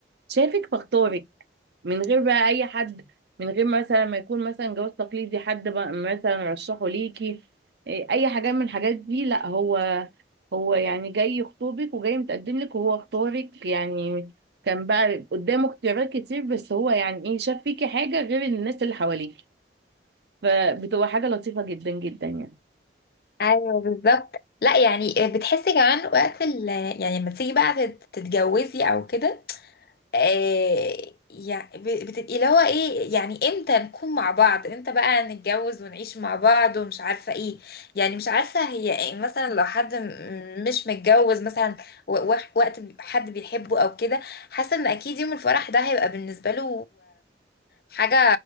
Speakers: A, on the right; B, on the left.
A: شافك فاختارك من غير بقى اي حد من غير مثلا ما يكون مثلا جواز تقليدي حد بقى مثلا رشحه ليكي إيه، اي حاجه من الحاجات دي لا هو هو يعني جاي يخطبك وجاي متقدم لك وهو اختارك يعني كان بقى قدامه اختيارات كتير بس هو يعني ايه شاف فيكي حاجه غير الناس اللي حواليك فبتبقى حاجه لطيفه جدا جدا يعني
B: ايوه بالظبط لا يعني آه، بتحسي كمان وقت ال يعني لما تيجي بقى تت- تتجوزي او كده آه يعني ب- بتبقي اللي هو ايه يعني امتى نكون مع بعض امتى بقى نتجوز ونعيش مع بعض ومش عارفه ايه يعني مش عارفه هي إيه مثلا لو حد م- مش متجوز مثلا و- وح- وقت بي- حد بيحبه او كده حاسه ان اكيد يوم الفرح ده هيبقى بالنسبه له حاجة